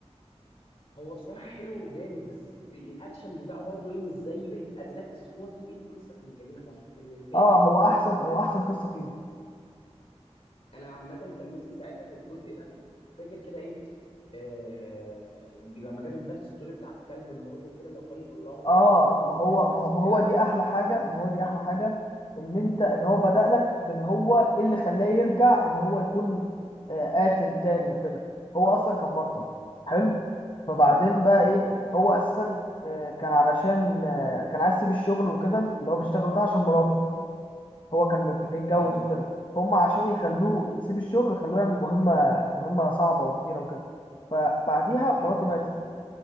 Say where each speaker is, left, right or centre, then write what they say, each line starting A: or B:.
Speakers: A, on the left; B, on the left.
A: هو بصراحة حلو وجامد بس الاكشن بتاعه برضه ايه مش زي بقية الاجزاء بس هو فيه ايه القصة كانت جميلة فشخ بالنسبة
B: اه
A: لي
B: هو احسن هو احسن قصه فيهم
A: انا عامه كان نفسي ساعتها في الجزء ده فاكر كده ايه آه لما جاب الباك ستوري بتاع الكلب ومراته وكده لو كانوا يطلعوا مراته
B: اه
A: اكتر
B: ما
A: وفلاش
B: هو
A: باكس
B: ما هو
A: وكده
B: ما هو دي
A: احسن
B: احلى حاجه ما هو دي احلى حاجه ان انت اللي هو بدأ لك بان هو ايه اللي خلاه يرجع ان هو يكون آه قاتل تاني وكده هو اصلا كان بطل حلو فبعدين
A: حلو
B: بقى
A: حلو
B: ايه هو اساسا آه كان علشان آه كان عايز يسيب الشغل وكده اللي هو بيشتغل ده عشان مراته هو كان متج- اتجوز
A: تمام
B: وكده هم عشان يخلوه يسيب الشغل خلوه يعمل مهمة مهمة صعبة وكبيرة وكده فبعديها
A: حلو
B: مراته ماتت